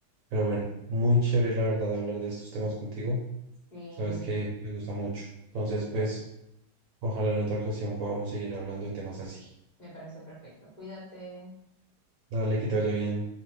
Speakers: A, on the right; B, on the left.
A: Pero bueno, muy chévere la verdad hablar de estos temas contigo.
B: Sí,
A: Sabes que me gusta mucho. Entonces,
B: a mí
A: pues,
B: también.
A: ojalá en otra ocasión podamos seguir hablando de temas así.
B: Me parece perfecto. Cuídate.
A: Dale, que te vaya bien.